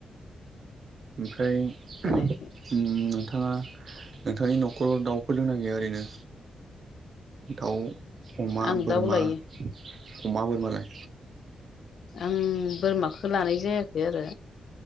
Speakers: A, on the right (about 45°); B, on the left (about 65°).
A: ओमफ्राय
B: होनायखाय
A: उम नोंथाङा नोंथांनि न'खराव दाउफोर दंना गैया ओरैनो? दाउ अमा
B: आं
A: बोरमा
B: दाउ लायो
A: अमा बोरमालाय?
B: आं बोरमाखौ लानाय जायाखै आरो।